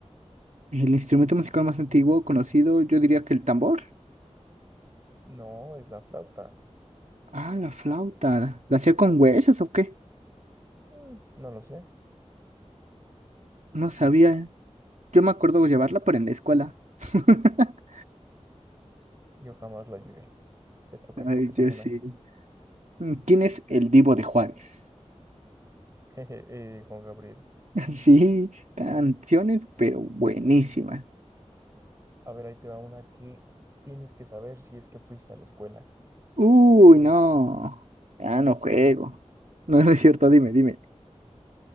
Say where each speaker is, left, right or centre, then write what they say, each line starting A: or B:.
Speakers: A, on the right (about 85°); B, on the right (about 25°).
A: El instrumento musical más antiguo conocido, yo diría que el tambor.
B: No, es la flauta.
A: Ah, la flauta. ¿La hacía con huesos o qué?
B: Mm, no lo sé.
A: No sabía. Yo me acuerdo llevarla, pero en la escuela. <laughs>
B: Yo jamás la llevé. Te toca,
A: Ay,
B: échame
A: yo
B: una.
A: sí. Mm, ¿Quién es el Divo de Juárez?
B: <laughs> Jeje, eh, Juan Gabriel.
A: <laughs> Sí, canciones, pero buenísimas.
B: A ver, ahí te va una que tienes que saber si es que fuiste a la escuela.
A: Uy, no. Ya no juego. No, no es cierto, dime, dime.